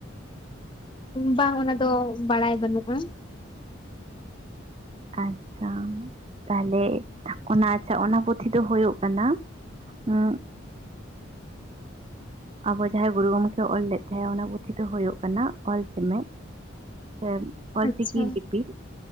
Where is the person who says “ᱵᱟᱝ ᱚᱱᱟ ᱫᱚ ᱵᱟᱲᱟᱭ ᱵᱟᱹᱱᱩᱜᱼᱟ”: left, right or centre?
Left